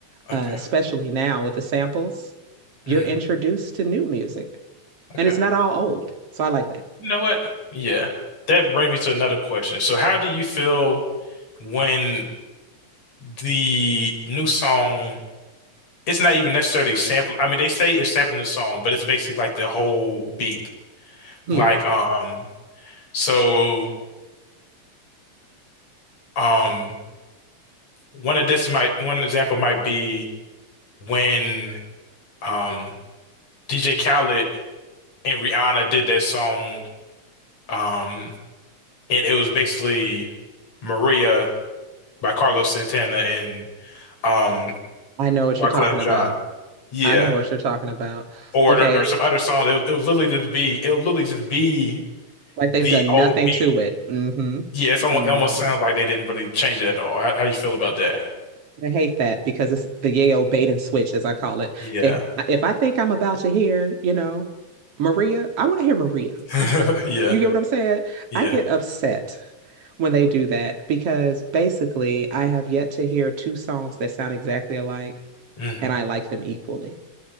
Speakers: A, on the left (about 60°); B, on the right (about 50°).
A: Okay.
B: uh, especially now with the samples, you're
A: Mhm.
B: introduced to new music
A: Okay.
B: and it's not all old. So I like that.
A: You know what? Yeah. That brings me to another question. So how do you feel when the new song, it's not even necessarily sample. I mean, they say it's sampling the song, but it's basically like the whole beat.
B: Hmm.
A: Like, um, so, um, one of this might, one example might be when, um, DJ Khaled and Rihanna did that song, um, and it was basically Maria by Carlos Santana and, um
B: I know what
A: Wyclef
B: you're talking
A: Jean.
B: about.
A: Yeah.
B: I know what you're talking about.
A: Or
B: Okay,
A: there, there's some other song. It'll, it'll literally just be it'll literally just be
B: like
A: the
B: they've done
A: old
B: nothing
A: beat.
B: to it. Mm-hmm.
A: Yeah, it's
B: Mm-hmm.
A: almost, it almost sounds like they didn't really change it at all. How, how you feel about that?
B: I hate that because it's the Yale bait and switch, as I call it.
A: Yeah.
B: If if I think I'm about to hear, you know, Maria, I want to hear Maria.
A: <laughs> Yeah.
B: You get what I'm saying?
A: Yeah.
B: I get upset when they do that because basically I have yet to hear two songs that sound exactly alike
A: hmm
B: and I like them equally.